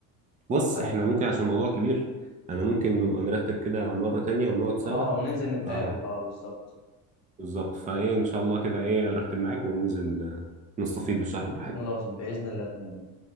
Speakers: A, on the right; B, on the left.
A: بص
B: ايوه
A: احنا ممكن
B: ايوه
A: عشان الموضوع كبير انا ممكن نبقى نرتب كده مرة تانية ونقعد سوا
B: اه وننزل نتقابل
A: اه
B: اه بالظبط
A: بالظبط فايه ان شاء الله كده ايه ارتب معاك وننزل آه، نستفيد بالشرح براحتنا
B: خلاص بإذن الله تمام